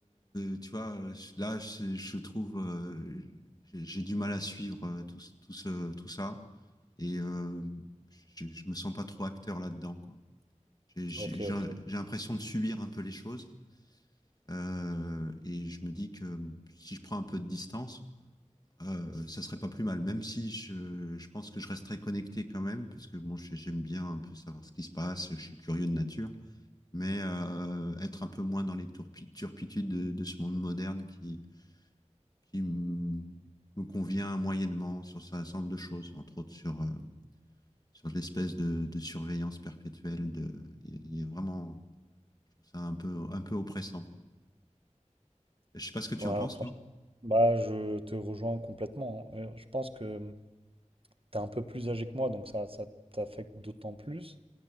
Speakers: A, on the left; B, on the right.
A: euh, tu vois, je- là, je, je trouve, euh, j'ai j'ai du mal à suivre euh, tout, ce- tout ce- tout ça. Et euh, je, je me sens pas trop acteur là-dedans, quoi. J'ai j'ai-
B: Ok,
A: j'ai-
B: ok.
A: j'ai l'impression de subir un peu les choses. Euh, et je me dis que si je prends un peu de distance, euh, ça serait pas plus mal, même si je, je pense que je resterai connecté quand même, parce que bon, je- j'aime bien un peu savoir ce qui se passe, je suis curieux de nature, mais euh, être un peu moins dans les tourpi- turpitudes de, de ce monde moderne qui, qui m- me convient moyennement sur un certain nombre de choses, entre autres sur, euh, sur l'espèce de, de surveillance perpétuelle. De, il il y a vraiment, je trouve ça un peu, un peu oppressant, quoi. Je sais pas ce que tu
B: Ouais,
A: en penses,
B: franchement.
A: toi.
B: Bah, je te rejoins complètement. hein. Euh, Je pense que hum, t'es un peu plus âgé que moi, donc ça, ça t'affecte d'autant plus.